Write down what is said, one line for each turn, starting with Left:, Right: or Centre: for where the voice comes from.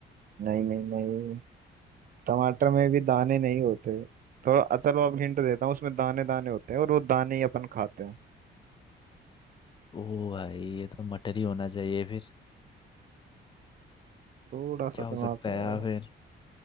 Right: नहीं नहीं नहीं टमाटर में भी दाने नहीं होते थोड़ा अ, चलो अब हिंट देता हूँ उसमें दाने दाने होते हैं और वो दाने ही अपन खाते हैं
Left: ओ भाई ये तो मटर ही होना चाहिए फिर
Right: थोड़ा
Left: क्या
Right: सा
Left: हो
Right: दिमाग
Left: सकता
Right: लगाओ।
Left: है यार फिर